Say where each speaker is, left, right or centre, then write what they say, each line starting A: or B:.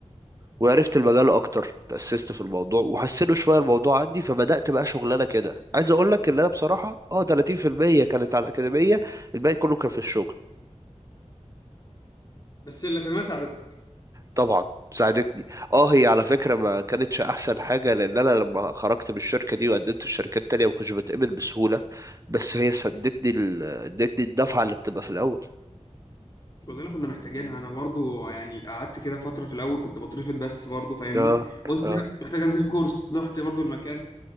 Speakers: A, on the right (about 30°); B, on the left (about 35°).
A: وعرفت المجال اكتر تأسست في الموضوع وحسنوا شويه الموضوع عندي فبدأت بقى شغلانه كده عايز اقول لك ان انا بصراحه اه 30% كانت على الاكاديميه الباقي كله كان في الشغل
B: بس الأكاديمية ساعدتك
A: طبعا ساعدتني اه هي على فكره ما كانتش احسن حاجه لان انا لما خرجت من الشركه دي وقدمت في شركات تانية ما كنتش بتقبل بسهوله بس هي سدتني ال- ادتني الدفعه اللي بتبقى في الاول
B: كلنا كنا محتاجينها أنا برضو يعني قعدت كده فترة في الأول كنت بترفض بس برضو فاهمني
A: اه
B: قلت
A: اه
B: لا محتاج أنزل كورس رحت برضو المكان